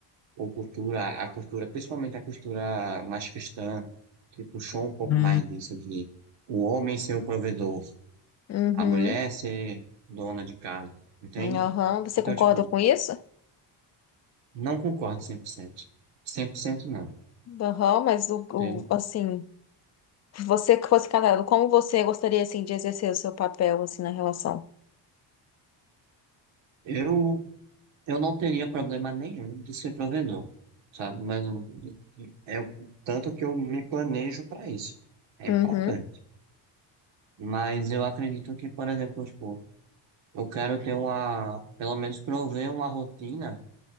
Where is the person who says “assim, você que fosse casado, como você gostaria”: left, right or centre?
Left